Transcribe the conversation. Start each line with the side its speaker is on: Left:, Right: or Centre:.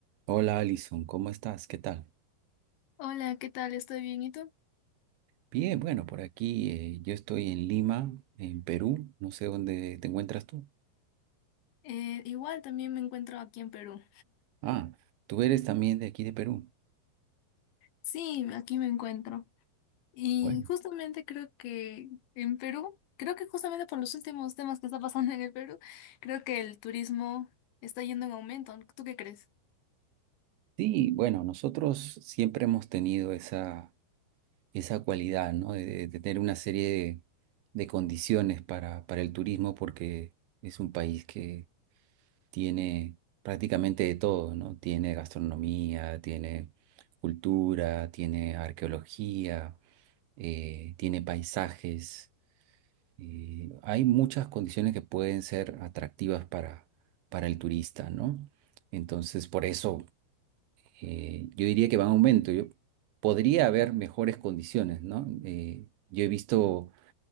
Right: Hola Alison, ¿cómo estás? ¿Qué tal?
Left: Hola, ¿qué tal? ¿Estoy bien? ¿Y tú?
Right: Bien, bueno, por aquí eh, yo estoy en Lima, en Perú. No sé dónde te encuentras tú.
Left: Eh, igual también me encuentro aquí en Perú.
Right: Ah, tú eres también de aquí de Perú.
Left: Sí, aquí me encuentro. Y
Right: Bueno,
Left: justamente creo que en Perú, creo que justamente por los últimos temas que está pasando en el Perú, creo que el turismo está yendo en aumento. ¿Tú qué crees?
Right: sí, bueno, nosotros siempre hemos tenido esa, esa cualidad, ¿no? De, de- de tener una serie de, de condiciones para, para el turismo porque es un país que tiene prácticamente de todo, ¿no? Tiene gastronomía, tiene cultura, tiene arqueología eh, tiene paisajes, eh, hay muchas condiciones que pueden ser atractivas para, para el turista, ¿no? Entonces, por eso eh, yo diría que va en aumento. Yo, podría haber mejores condiciones, ¿no? Eh, yo he visto